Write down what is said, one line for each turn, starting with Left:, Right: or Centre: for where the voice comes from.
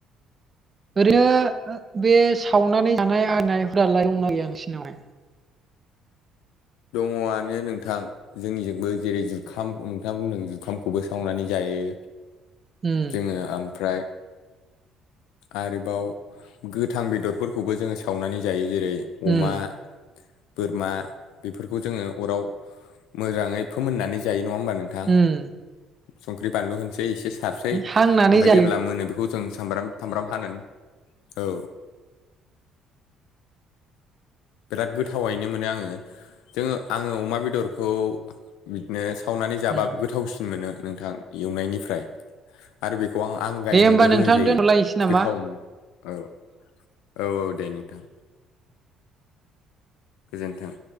Right: ओरैनो बे सावनानै जानाय आरिनाय फ्रालाय दंना गैया नोंसिनावलाय
Left: दङआनो नोंथां जोंनिजोंबो जेरै जुखाम नोंथाङा बुंदों जुखामखौबो सावनानै जायो
Right: उम
Left: जोङो ओमफ्राय आरोबाव गोथां बेदरफोरखौबो जोङो सावनानै जायो जेरै अमा
Right: उम
Left: बोरमा बेफोरखौ जोङो अराव मोजाङै फोमोननानै जायो नङा होमबा नों थां
Right: उम
Left: संख्रि बानलु होनसै एसे सारसै
Right: हांनानै
Left: ओमफ्राय
Right: जायो
Left: जेब्ला मोनो बेखौ जों सामब्राम थामब्राम हानानै औ बिराद गोथावैनो मोनो आङो जोङो आङो अमा बेदरखौ बिदिनो सावनानै जाबा
Right: उम
Left: गोथावसिन मोनो नोंथां एवनायनिफ्राय आरो बेखौ आं आंगायनोबो
Right: दे होमबा नोंथां
Left: रोङि जायो
Right: दोनथ'लायनोसै नामा
Left: गोथाव मोनो औ औ औ दे नोंथां गोजोन्थों